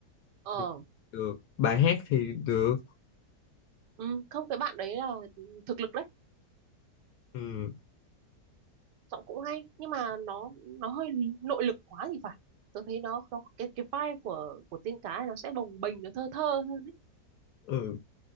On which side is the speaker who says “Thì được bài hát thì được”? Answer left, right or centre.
Left